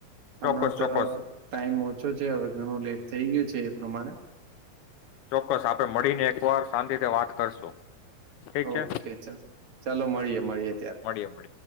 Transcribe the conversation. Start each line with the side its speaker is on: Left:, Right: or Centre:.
Right: હમણાં
Left: ચોક્કસ
Right: તો
Left: ચોક્કસ
Right: ટાઈમ ઓછો છે હવે ઘણું લેટ થઈ ગયું છે. પ્રમાણે
Left: ચોક્કસ આપડે મળીને એકવાર શાંત રીતે વાત કરશું. ઠીક
Right: ઓકે
Left: છે
Right: ચ ચાલો મળીએે મળીએે ત્યારે.
Left: મળીએ મળીએ